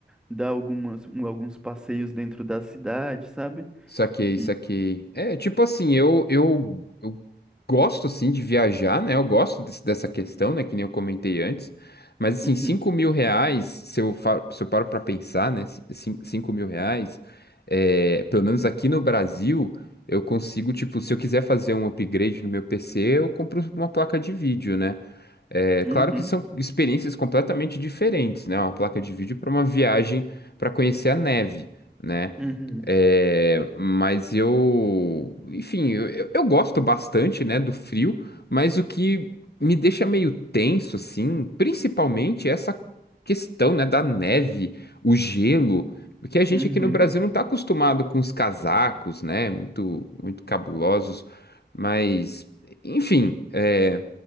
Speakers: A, in the centre; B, on the left.
A: dar algumas um- alguns passeios dentro da cidade, sabe?
B: Saquei,
A: E
B: saquei. É, tipo assim, eu, eu, eu gosto, assim, de viajar, né? Eu gosto desse- dessa questão, né? Que nem eu comentei antes. Mas, assim,
A: uhum,
B: cinco mil reais, se eu, fa- se eu paro pra pensar, né? ci- cin- 5 mil reais, é, pelo menos aqui no Brasil, eu consigo, tipo, se eu quiser fazer um upgrade no meu PC, eu compro uma placa de vídeo, né? É,
A: uhum,
B: claro que são experiências completamente diferentes, né? Uma placa de vídeo para uma viagem para conhecer a neve, né?
A: uhum,
B: É, mas eu, enfim, eu, eu- eu gosto bastante, né, do frio, mas o que me deixa meio tenso, assim, principalmente é essa questão, né, da neve, o gelo, porque a gente
A: uhum,
B: aqui no Brasil não está acostumado com os casacos, né, muito, muito cabulosos, mas, enfim. é,